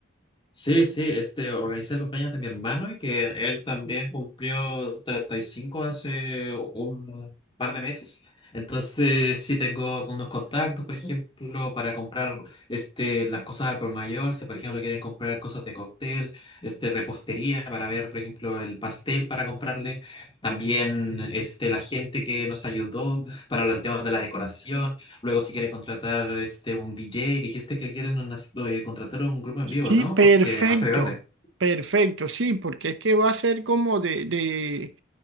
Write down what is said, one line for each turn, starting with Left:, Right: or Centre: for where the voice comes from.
Left: Sí, sí, este, organizé el cumpleaños de mi hermano y que él también cumplió 35 hace un par de meses. Entonces, sí tengo unos contactos, por ejemplo, para comprar este, las cosas al por mayor, si por ejemplo quieren comprar cosas de cóctel, este, repostería para ver, por ejemplo, el pastel para comprarle. También este, la gente que nos ayudó para el tema de la decoración. Luego, si quiere contratar este un DJ, dijiste que quieren una- oye, contratar un grupo en
Right: Sí,
Left: vivo, ¿no?
Right: perfecto,
Left: Porque va a ser grande.
Right: perfecto, sí, porque es que va a ser como de, de,